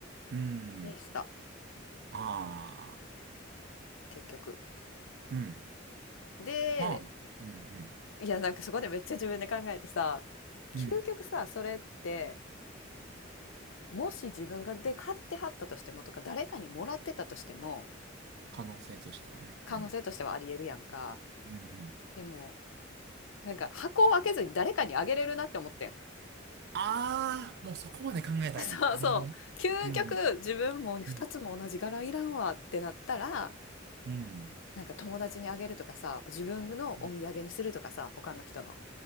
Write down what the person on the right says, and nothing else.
うん。
ああ、
うん。
まあ、うんうん。
うん。
可能性としてはね。
うん。うんうん。
ああ、もうそこまで考えたんや。
なるほど。
うんうん。
うん。うん。
うん